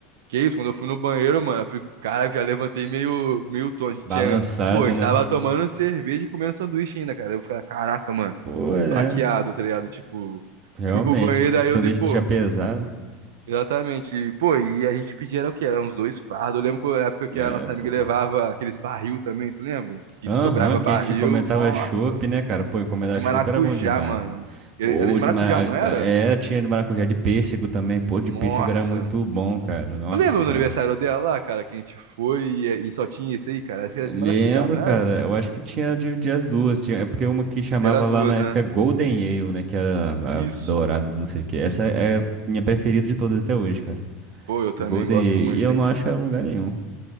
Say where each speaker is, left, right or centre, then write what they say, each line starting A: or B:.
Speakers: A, on the right; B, on the right.
A: Que isso, quando eu fui no banheiro, mano, a pri- cara, eu já levantei meio, meio tonto. A gente
B: Balançado,
A: tinha, pô, a gente
B: né?
A: tava tomando cerveja e comendo sanduíche ainda, cara. Eu ficava, caraca, mano,
B: Pô, é.
A: baqueado, tá ligado? Tipo,
B: Realmente,
A: fui pro banheiro, aí
B: sanduíche
A: eu dei, pô,
B: deixa pesado.
A: exatamente. E, pô, e a gente pedia, era o quê? Era uns dois fardos. Eu lembro que na época
B: É,
A: que a nossa amiga
B: pô.
A: levava aqueles barril também, tu lembra? Que
B: Aham,
A: sobrava
B: que
A: barril,
B: a gente comentava
A: nossa
B: chopp, né, cara? Pô, encomendar
A: de maracujá,
B: chopp era bom demais.
A: mano. Era
B: Pô,
A: de maracujá,
B: de mara...
A: não era?
B: É, tinha de maracujá de pêssego também. Pô, de pêssego
A: Nossa.
B: era muito bom, cara. Nossa
A: Tu lembra
B: senhora.
A: do aniversário dela lá, cara, que a gente foi e, e só tinha isso aí, cara? Acho que era de
B: Lembro,
A: maracujá, não
B: cara.
A: era?
B: Eu acho que tinha de, de as duas. Tinha, é porque uma que chamava
A: Era duas,
B: lá na época
A: né?
B: Golden Ale, né? Que era
A: Isso.
B: a dourada, do não sei o quê. Essa é a minha preferida de todas até hoje, cara.
A: Pô, eu também
B: Golden
A: gosto
B: Ale.
A: muito,
B: E eu
A: hein?
B: não acho ela em lugar nenhum.